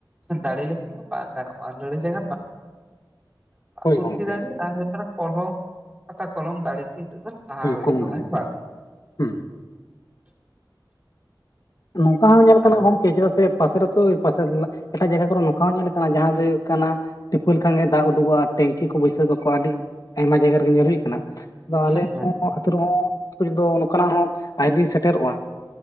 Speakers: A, on the right; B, on the left.
A: ᱫᱟᱲᱮ ᱞᱮᱠᱷᱟᱱ ᱫᱚ ᱵᱟᱝ ᱜᱟᱱᱚᱜᱼᱟ᱾ ᱞᱟᱹᱲᱦᱟᱹᱭ ᱞᱮᱠᱷᱟᱱ
B: ᱦᱳᱭ
A: ᱵᱩᱫᱷᱤ ᱫᱟᱲᱮ ᱟᱨ ᱦᱩᱭᱩᱜ ᱠᱟᱱᱟ ᱠᱚᱞᱚᱢ ᱠᱷᱟᱛᱟ ᱠᱚᱞᱚᱢ ᱫᱟᱲᱮ ᱛᱮ ᱱᱤᱛᱚᱜ ᱫᱚ ᱞᱟᱦᱟ ᱦᱩᱭᱩᱜ
B: ᱠᱚᱞᱚᱢ
A: ᱛᱟᱵᱚᱱᱟ
B: ᱫᱟᱲᱮᱛᱮ
A: ᱦᱮᱸ ᱵᱟᱝ?
B: ᱦᱮᱸ ᱱᱚᱝᱠᱟ ᱦᱚᱸ ᱧᱮᱞ ᱟᱠᱟᱱᱟ
A: ᱟᱫᱚ
B: ᱜᱚᱝᱠᱮ ᱪᱮᱫᱟᱜ ᱥᱮ ᱯᱟᱥᱮᱨ ᱟᱛᱩ ᱯᱟᱪᱷᱟ ᱫᱩᱞᱟ ᱮᱴᱟᱜ ᱡᱟᱭᱜᱟ ᱠᱚᱨᱮ ᱱᱚᱝᱠᱟ ᱦᱚᱸ ᱧᱮᱞ ᱠᱟᱱᱟ ᱡᱟᱦᱟᱸ ᱫᱚ ᱦᱩᱭᱩᱜ ᱠᱟᱱᱟ ᱴᱤᱯᱟᱹᱣ ᱞᱮᱠᱷᱟᱱ ᱜᱮ ᱫᱟᱜ ᱩᱰᱩᱠᱚᱜᱼᱟ ᱴᱮᱝᱠᱤ ᱠᱚ ᱵᱟᱹᱭᱥᱟᱹ ᱠᱟᱜ ᱠᱚᱣᱟ ᱟᱹᱰᱤ ᱟᱭᱢᱟ ᱡᱟᱭᱜᱟ ᱨᱮᱜᱮ ᱧᱮᱞ ᱦᱩᱭ ᱠᱟᱱᱟ᱾ ᱟᱫᱚ ᱟᱞᱮ
A: ᱦᱮᱸ ᱦᱮᱸ
B: ᱦᱚᱸ ᱟᱛᱩ ᱨᱮᱦᱚᱸ ᱱᱤᱛ ᱯᱚᱡᱚᱱᱛᱚ ᱱᱚᱠᱟᱱᱟᱜ ᱦᱚᱸ ᱟᱹᱣᱨᱤ ᱥᱮᱴᱮᱨᱚᱜᱼᱟ᱾